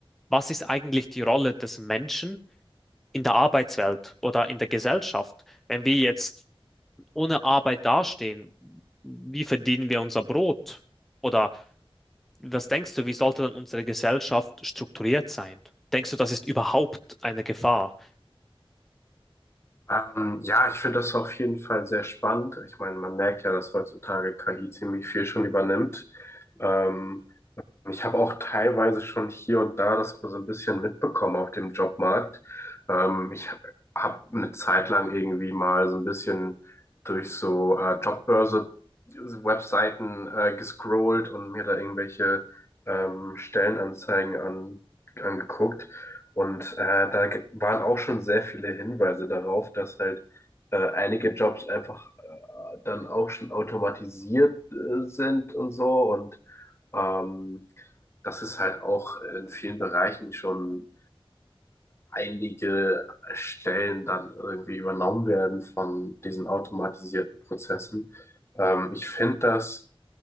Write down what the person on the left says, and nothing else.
Ähm, ja, ich finde das auf jeden Fall sehr spannend. Ich meine, man merkt ja, dass heutzutage KI ziemlich viel schon übernimmt. Ähm, ich habe auch teilweise schon hier und da das so ein bisschen mitbekommen auf dem Jobmarkt. Ähm, ich habe eine Zeit lang irgendwie mal so ein bisschen durch so äh, Jobbörse-Webseiten äh, gescrollt und mir da irgendwelche ähm, Stellenanzeigen an, angeguckt. Und äh, da ge- waren auch schon sehr viele Hinweise darauf, dass halt äh, einige Jobs einfach äh, dann auch schon automatisiert äh, sind und so und ähm, dass es halt auch in vielen Bereichen schon einige Stellen dann irgendwie übernommen werden von diesen automatisierten Prozessen. Ähm, ich finde das,